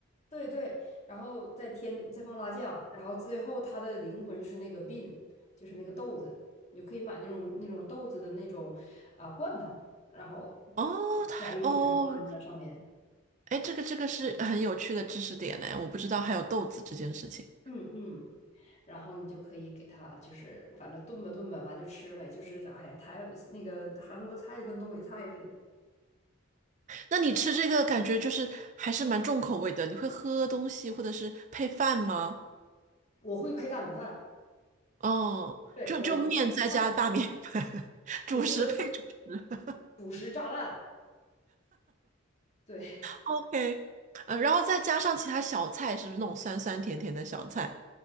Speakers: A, on the left (about 30°); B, on the right (about 35°).
A: 对对，然后再添再放辣酱，然后最后它的灵魂是那个 bean，就是那个豆子，你就可以买那种那种豆子的那种啊、罐头，然后
B: 哦，太哦，
A: 撒一点，然后放在上面。
B: 哎，这个这个是很有趣的知识点呢，我不知道还有豆子这件事情。
A: 嗯嗯，然后你就可以给它，就是反正炖吧炖吧，完就吃呗。就是哎呀，台那个韩国菜就跟东北菜似的。
B: 那你吃这个感觉就是还是蛮重口味的，你会喝东西或者是配饭吗？
A: 我会配大米饭，
B: 哦，
A: 对，
B: 就就面再加大米饭，
A: 我一般就拌，
B: <laughs>
A: 对，
B: 主食配主食
A: 就是主食炸弹，对。
B: ，OK，呃，然后再加上其他小菜，是不是那种酸酸甜甜的小菜？